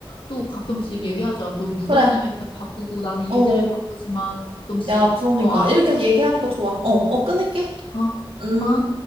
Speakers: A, on the left (about 65°); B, on the right (about 80°).
A: 또 가끔씩 얘기하자. 너 육아
B: 그래.
A: 때문에 바- 바쁘고 나는 일
B: 어,
A: 때문에 바쁘지만 가끔씩.
B: 야, 그러니까.
A: 어, 알았어.
B: 이렇게 얘기하니까 좋아. 어, 어, 끊을게.
A: 어,
B: 음.
A: 어.